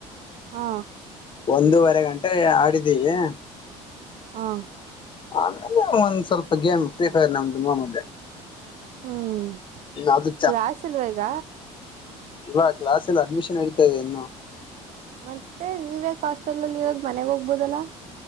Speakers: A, on the right (about 55°); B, on the left (about 35°).
A: ಹಾ.
B: ಒಂದೂವರೆ ಗಂಟೆ ಆಡಿದ್ದೀವಿ.
A: ಹಾ.
B: ಆಮೇಲೆ ಒಂದ್ ಸ್ವಲ್ಪ ಗೇಮ್ ಫ್ರೀ ಫೈರ್ ನಮ್ದು ಮಾಮೂಲಿ.
A: ಹ್ಮ್
B: ಅದು
A: ಕ್ಲಾಸ್ ಇಲ್ವಾ ಈಗ
B: ಇವಾಗ್ ಕ್ಲಾಸಿಲ್ಲ ಅಡ್ಮಿಷನ್ ನಡಿತಾ ಇದೆ ಇನ್ನು.
A: ಮತ್ತೆ ನೀವ ಯಾಕ ಹಾಸ್ಟೆಲ್ ಅಲ್ಲಿ ಇರೋದು ಮನೆಗ್ ಹೋಗ್ಬೋದಲ್ಲಾ.